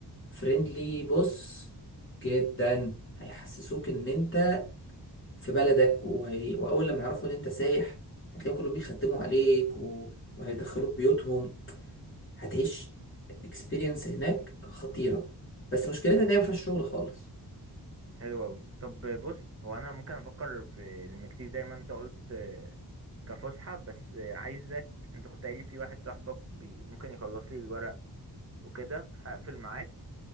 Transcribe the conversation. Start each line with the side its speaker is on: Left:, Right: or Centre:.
Left: فريندلي بص جدا هيحسسوك ان انت في بلدك وهي... واول لما يعرفوا ان انت سايح هتلاقيهم كلهم بيخدموا عليك و... وهيدخلوك بيوتهم هتعيش اكسبيرينس هناك خطيرة بس مشكلتها
Right: حلو
Left: ان هي ما فيهاش شغل خالص
Right: حلو اوي طب بص هو انا ممكن افكر في المكسيك زي ما انت قلت آه، كفسحة بس آه، عايزك انت كنت قايل لي في واحد صاحبك بي... ممكن يخلص لي الورق وكده هقفل معاك